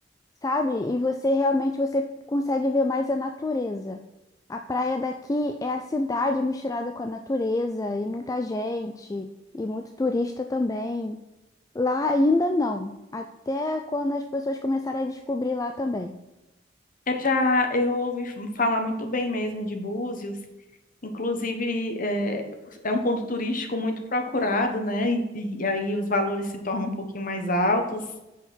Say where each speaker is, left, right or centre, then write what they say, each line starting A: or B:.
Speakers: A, on the left; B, on the left.
A: sabe? E você realmente você consegue ver mais a natureza. A praia daqui é a cidade misturada com a natureza e muita gente e muito turista também. Lá ainda não, até quando as pessoas começarem a descobrir lá também.
B: Eu já eu ouvi f- falar muito bem mesmo de Búzios Inclusive, é, é um ponto turístico muito procurado, né? E, e aí os valores se tornam um pouquinho mais altos.